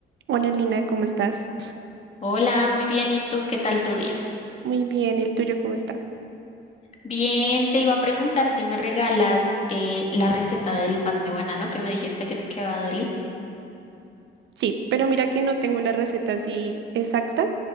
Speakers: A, on the right; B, on the left.
A: Hola Lina, ¿cómo estás?
B: Hola, muy bien. ¿Y tú qué tal tu día?
A: Muy bien, ¿y el tuyo cómo está?
B: Bien, te iba a preguntar si me regalas eh, la receta del pan de banano que me dijiste que te quedaba deli.
A: Sí, pero mira que no tengo la receta así exacta